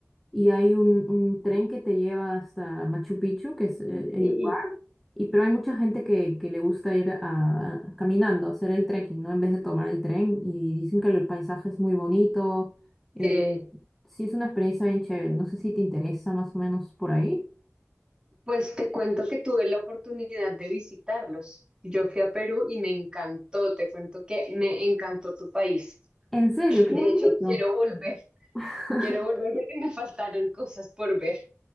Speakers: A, in the centre; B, on the right (about 15°).
A: y hay un, un tren que te lleva hasta Machu Picchu, que es el,
B: Y,
A: el lugar, y pero hay mucha gente que, que le gusta ir a, caminando, hacer el trekking, ¿no? En vez de tomar el tren, y dicen que el paisaje es muy bonito, eh,
B: y, eh,
A: sí es una experiencia bien chévere, no sé si te interesa más o menos por ahí.
B: Pues te cuento que tuve la oportunidad de visitarlos. Yo fui a Perú y me encantó, te cuento que me encantó tu país.
A: En serio, qué
B: De
A: bonito.
B: hecho, quiero volver,
A: <laughs>
B: quiero volver porque me faltaron cosas por ver,